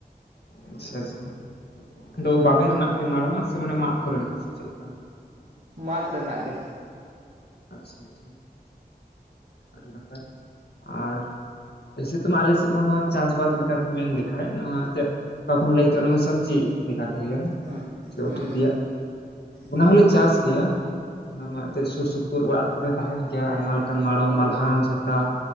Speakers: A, on the left; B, on the right.
A: ᱟᱪᱪᱷᱟ ᱟᱪᱪᱷᱟ ᱟᱫᱚ ᱵᱟᱵᱮᱨ ᱨᱮᱱᱟᱜ ᱯᱮ ᱢᱟᱲᱚᱢᱟᱜ-ᱟ ᱥᱮ ᱢᱟᱱᱮ ᱢᱟᱫ ᱠᱚᱨᱮᱱᱟᱜ ᱥᱮ ᱪᱮᱫᱞᱮᱠᱟ᱾
B: ᱢᱟᱫ ᱨᱮᱱᱟᱜ ᱜᱮ᱾
A: ᱟᱪᱪᱷᱟ ᱟᱪᱪᱷᱟ ᱟᱹᱰᱤ ᱱᱟᱯᱟᱭ ᱟᱨᱼᱼ ᱥᱮᱛᱩᱢᱟ ᱟᱞᱮ ᱥᱮᱫ ᱢᱟ ᱱᱚᱣᱟ ᱪᱟᱥᱵᱟᱥ ᱞᱮᱠᱟᱛᱮ ᱢᱮᱱ ᱞᱮᱠᱷᱟᱡ ᱱᱚᱣᱟ ᱛᱮᱫ᱾ ᱚᱠᱟ ᱠᱚᱢ ᱞᱟᱹᱭ <unintelligible> ᱥᱚᱵᱽᱡᱤ ᱞᱮᱠᱟᱛᱮ ᱦᱩᱭᱮᱱ
B: ᱦᱩᱸ
A: ᱥᱮ
B: ᱦᱩᱸ
A: ᱩᱛᱩ ᱛᱮᱭᱟᱜ᱾
B: ᱦᱩᱸ
A: ᱚᱱᱟ ᱦᱚᱸᱞᱮ ᱪᱟᱥ ᱜᱮᱭᱟ ᱚᱱᱟ ᱢᱟ ᱮᱱᱛᱮᱫ ᱥᱩᱨ ᱥᱩ᱾ ᱯᱩᱨ ᱚᱲᱟᱜ ᱠᱚᱨᱮ ᱛᱟᱦᱮᱱ ᱜᱮᱭᱟ ᱟᱭᱢᱟ ᱞᱮᱠᱟᱱ ᱢᱟᱲᱚᱢ ᱢᱟᱞᱦᱟᱱ ᱡᱷᱟᱴᱟᱜ